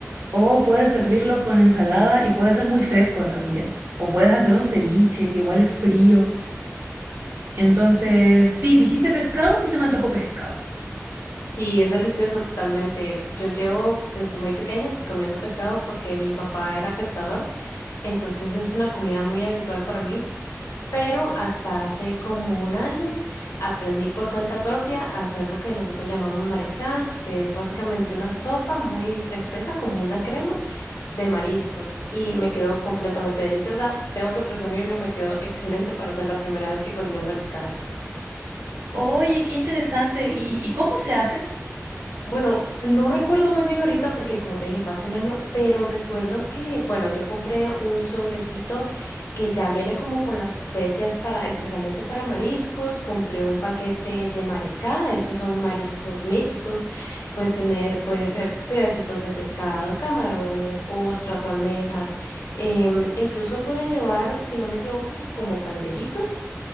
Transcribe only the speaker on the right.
o puedes servirlo con ensalada y puede ser muy fresco también. O puedes hacer un ceviche que igual es frío. Entonces, sí, dijiste pescado y se me antojó pescado.
Oye, qué interesante. ¿Y, y cómo se hace?